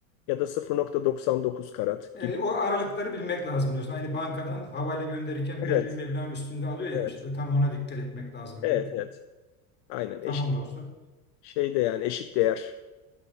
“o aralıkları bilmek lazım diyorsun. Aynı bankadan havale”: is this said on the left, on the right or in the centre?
Left